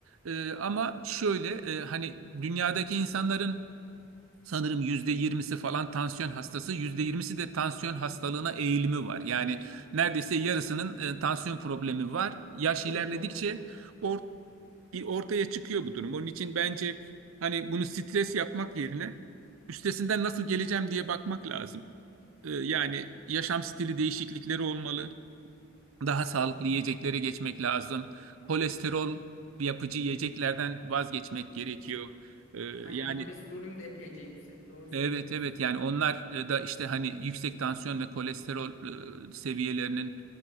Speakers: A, on the right (about 85°); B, on the left (about 70°).
A: E, ama şöyle e, hani dünyadaki insanların Sanırım yüzde yirmisi falan tansiyon hastası, yüzde yirmisi de tansiyon hastalığına eğilimi var. Yani neredeyse yarısının e, tansiyon problemi var. Yaş
B: Çok
A: ilerledikçe
B: doğru.
A: or- i- ortaya çıkıyor bu durum. Onun için bence hani bunu stres yapmak yerine üstesinden nasıl geleceğim diye bakmak lazım. E, yani yaşam stili değişiklikleri olmalı. Daha sağlıklı
B: Hı.
A: yiyeceklere geçmek lazım. Kolesterol yapıcı yiyeceklerden vazgeçmek gerekiyor. E,
B: Aynen
A: yani
B: kolesterolüm de epeyce yüksek. Doğru söylüyorsun.
A: Evet evet yani onlar e, da işte hani yüksek tansiyon ve kolesterol e, seviyelerinin